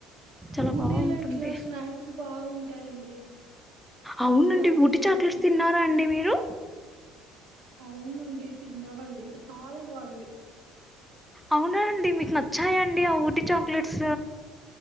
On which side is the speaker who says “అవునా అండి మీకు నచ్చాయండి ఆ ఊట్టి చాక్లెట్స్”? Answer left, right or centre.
Centre